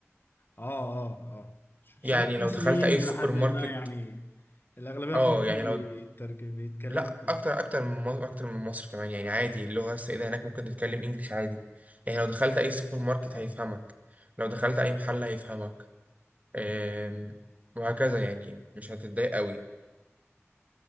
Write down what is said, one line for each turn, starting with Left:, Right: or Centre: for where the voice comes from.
Left: اه اه اه شبه
Right: يعني
Left: المصريين
Right: لو دخلت أي سوبر
Left: الى حد
Right: ماركت
Left: ما يعني الاغلبية
Right: اه
Left: في مصر
Right: يعني
Left: بيترك-
Right: لو
Left: بيتكلموا
Right: لا
Left: انجليزي
Right: اكتر اكتر من مصر اكتر من مصر كمان يعني عادي اللغه السائده هناك ممكن تتكلم انجليش عادي يعني لو دخلت
Left: اه
Right: اي سوبر ماركت
Left: اه
Right: هيفهمك لو دخلت اي محل هيفهمك أم، وهكذا يعني مش هتتضايق قوي